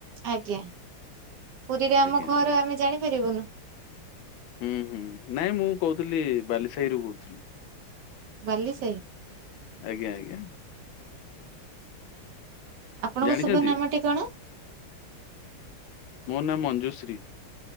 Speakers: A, on the right; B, on the left.
A: ଆଜ୍ଞା ପୁରୀରେ
B: ଆଜ୍ଞା
A: ଆମ ଘର
B: ଆଜ୍ଞା
A: ଆମେ ଜାଣିପାରିବୁନୁ।
B: ହୁଁ ହୁଁ ନାଇଁ ମୁଁ କହୁଥିଲି, ବାଲି ସାହିରୁୁ କହୁଥିଲି।
A: ବାଲିସାହି।
B: ଆଜ୍ଞା ଆଜ୍ଞା।
A: ଆପଣଙ୍କ
B: ଜାଣିଛନ୍ତି
A: ଶୁଭ ନାମଟି କଣ?
B: ମୋ ନାମ ମଞ୍ଜୁଶ୍ରୀ।